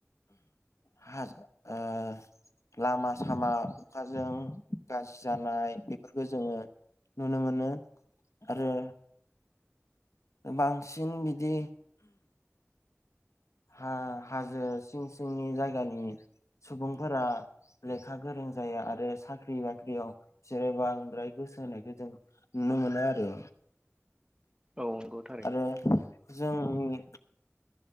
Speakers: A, on the left; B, on the right.
A: हा ओ लामा सामा अखाजों गाज्रि जानाय बेफोरखौ जोङो नुनो मोनो आरो बांसिन बिदि हा हाजो सिं सिंनि जायगानि सुबुंफोरा लेखा गोरों जाया आरो साख्रि बाख्रियाव जेरै बो बांद्राय गोसो होनायखौ जों नुनो मोनो आरो
B: औ नंगौ थारैनो
A: आरो जोंनि